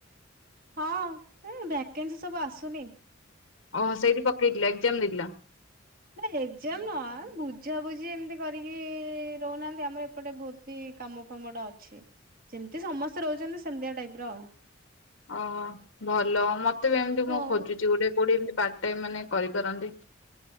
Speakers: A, on the right; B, on the left.
A: ହଁ ଏ ଭକେନ୍ସି ସବୁ ଆସୁନି।
B: ଓହୋ ସେଇଠି ପକେଇଥିଲ ଏକ୍ଜାମ ଦେଇଥିଲ।
A: ମାନେ ଏକ୍ଜାମ ନୁହେଁ ବୁଝାାବୁଝି ଏମିତି କରିକି ରହୁନାହାନ୍ତି ଆମର ଏ। ପଟେ ବହୁତ ବି କାମ ଫାମଟା ଅଛି <unintelligible> ଯେମିତି ସମସ୍ତେ ରହୁଛନ୍ତି ସେମିତିଆ ଟାଇପ୍ ର।
B: ଓହୋ ଭଲ ମତେ ବି ଏମତି
A: ହଉ
B: ମୁଁ ଖୋଜୁଛି ଗୋଟେ କୋଉଠିଏମିତି ପାର୍ଟ ଟାଇମ୍ ମାନେ କରିପାରନ୍ତି।